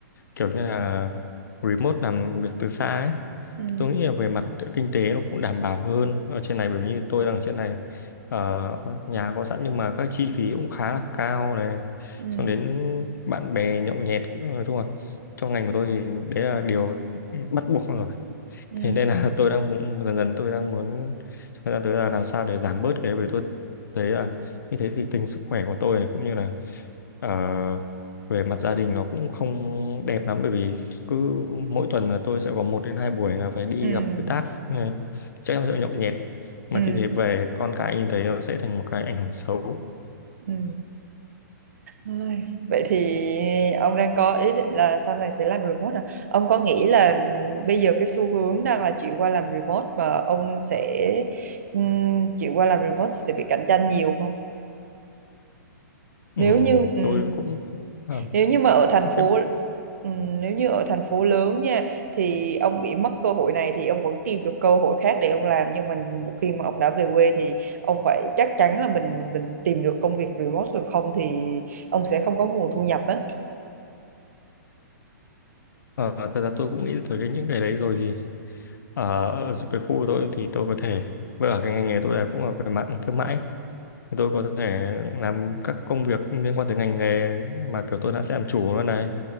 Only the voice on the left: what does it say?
kiểu như là remote làm việc từ xa ấy
Thì tôi nghĩ là về mặt kinh tế nó cũng đảm bảo hơn ở trên này bởi vì như tôi đang ở trên này ờ, nhà có sẵn nhưng mà các chi phí cũng khá là cao này
xong đến bạn bè nhậu nhẹt nói chung là trong ngành của tôi thì đấy là điều bắt buộc rồi
thế nên là <laughs> tôi đang muốn, dần dần tôi đang muốn trong thời gian tới là làm sao để giảm bớt cái bởi tôi thấy là như thế thì tình sức khỏe của tôi này cũng như là ờ, về mặt gia đình nó cũng không đẹp lắm bởi vì cứ mỗi tuần là tôi sẽ có một đến hai buổi là phải đi
gặp đối tác như này chắc là sẽ nhậu nhẹt mà
khi thế về con cái nhìn thấy nó sẽ thành một cái ảnh hưởng xấu
ừ,
tôi cũng à,
ok
Ờ, thật ra tôi cũng nghĩ tới cái những cái đấy rồi thì Ờ, ở cái khu của tôi thì tôi có thể với cả cái ngành nghề tôi là cũng là về mạng thương mại thì tôi có thể làm các công việc liên quan tới ngành nghề mà kiểu tôi đã sẽ làm chủ nó này